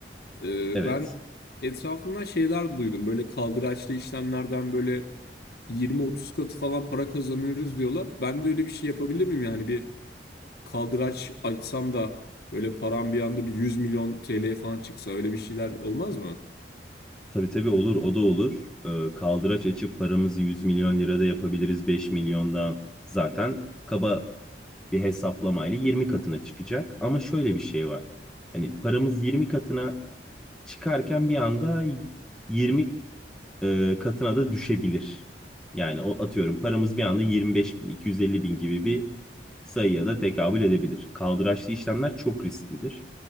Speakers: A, on the left; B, in the centre.
A: E,
B: Evet.
A: ben etrafımdan şeyler duydum böyle kaldıraçlı işlemlerden böyle 20-30 katı falan para kazanıyoruz diyorlar. Ben de öyle bir şey yapabilir miyim yani bir kaldıraç açsam da böyle param bir anda bir 100 milyon TL'ye falan çıksa öyle bir şeyler olmaz mı?
B: Tabii tabii olur o da olur. E, kaldıraç açıp paramızı 100 milyon lirada yapabiliriz 5 milyondan. Zaten kaba bir hesaplamayla 20 katına çıkacak. Ama şöyle bir şey var. Hani paramız 20 katına çıkarken bir anda 20 e, katına da düşebilir. Yani o atıyorum paramız bir anda 25.250 bin iki yüz elli bin gibi bir sayıya da tekabül edebilir. Kaldıraçlı işlemler çok risklidir.